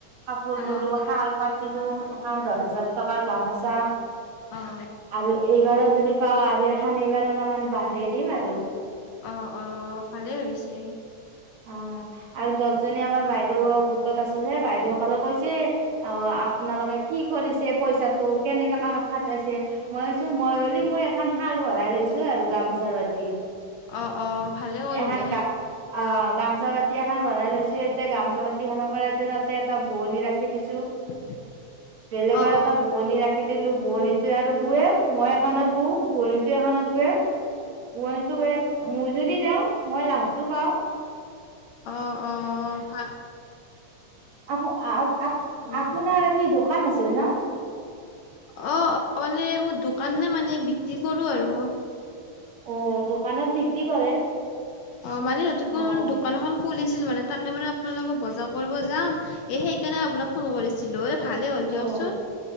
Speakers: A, on the right; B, on the left.
A: কাপোৰ
B: অ',
A: ব'লো শাল পাতিলো এখন দহ হাজাৰ টকাৰ গামোচা
B: অ'।
A: আৰু এইবাৰো যদি পাওঁ আৰু এখন এইবাৰ অলপমান বাঢ়ে দিম আৰু।
B: অ', অ' ভালেই হৈছে।
A: অ' আৰু দহজনী আমাৰ বাইদেউ গোটত আছে যে বাইদেউসকলে কৈছে। আহ আপোনালোকে কি কৰিছে পইচাটো কেনেকে কামত খাটাইছে। মই কৈছো মই হ'লি মই এখন শাল বহাই লৈছো আৰু গামোচা বাতি।
B: অ', অ' ভালে কৰিলে।
A: এখন গা অ' গামোচা বাতি এখন বহাই লৈছো এতিয়া, গামোচা বাতি খনৰপা তাতে এটা বোৱনী ৰাখি দিছো।
B: <unintelligible>
A: বেলেগৰ
B: অ',
A: এটা
B: অ'।
A: বোৱনী ৰাখি দিলো, বোৱনীটোৱে আৰু বুৱে মই এখনত বৌ বোৱনীটো এখনত বুৱে। বোৱনী তোক এই মজুৰি দেও মই লাভটো পাওঁ।
B: অ', অ' ফা
A: আপো আ আপ
B: অ',
A: আপোনাৰ কি দোকান আছিল ন?
B: অঁ, অঁ মানে মোৰ দোকানে মানে বিক্ৰী কৰোঁ আৰু অ'।
A: অ' দোকানত বিক্ৰী কৰে।
B: অ' মানে নতুনকে
A: অ'
B: মোৰ দোকান এখন খুলিছিল মানে, তাকে মানে আপোনাৰ লগত বজাৰ কৰিব যাম। এ সেইকাৰণে আপোনাক ফোন কৰিছিলো। এ ভালেই হ'ল দিয়কচোন।
A: অ'